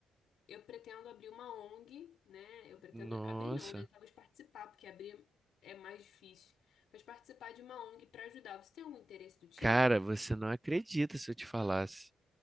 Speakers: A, on the left; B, on the right.
A: eu pretendo abrir uma ONG, né? Eu pretendo
B: Nossa.
A: abrir não, né? Talvez participar, porque abrir é mais difícil. Mas participar de uma ONG para ajudar. Você tem algum interesse do tipo?
B: Cara, você não acredita se eu te falasse.